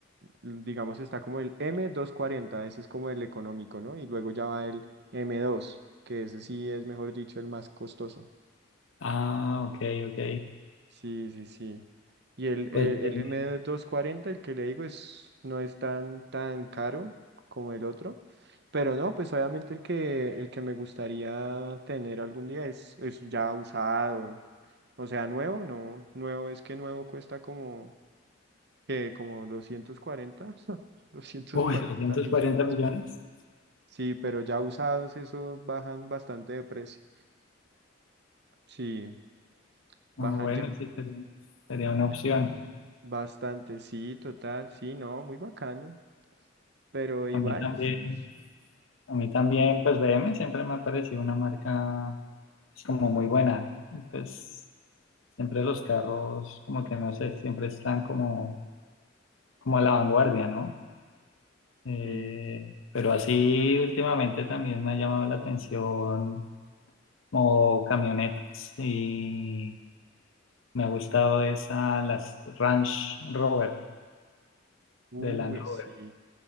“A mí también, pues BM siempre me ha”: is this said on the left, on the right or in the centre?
Left